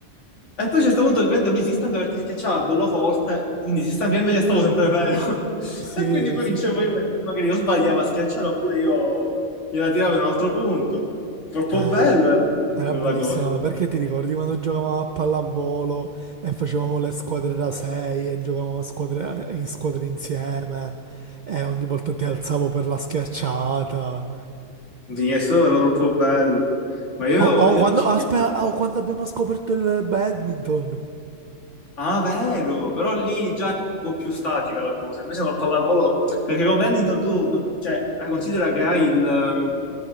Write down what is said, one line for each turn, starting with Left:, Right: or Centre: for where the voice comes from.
Left: e poi a un certo punto ovviamente lui si stanca perché schiacciava bello forte, quindi si stanca, io invece stavo sempre fermo. <laughs>
Right: Sì,
Left: E quindi poi
Right: sì.
Left: vincevo io perché lui magari io sbagliava a schiacciare oppure io gliela tiravo in un altro punto. Troppo
Right: Eh,
Left: bello era
Right: Era
Left: quella
Right: bellissima
Left: cosa.
Right: perché ti ricordi quando giocavamo a pallavolo e facevamo le squadre da sei e giocavamo a squadre- in squadre insieme e ogni volta ti alzavo per la schiacciata.
Left: Di Nessuno era troppo bello. Ma io,
Right: O o
Left: io
Right: quando,
Left: mi ci...
Right: aspetta, o quando abbiamo scoperto il badminton.
Left: Ah, vero! Però lì già è un po' più statica la cosa. Invece col pallavolo... Perché con badminton tu... non- Cioè, eh, considera che hai il, ehm,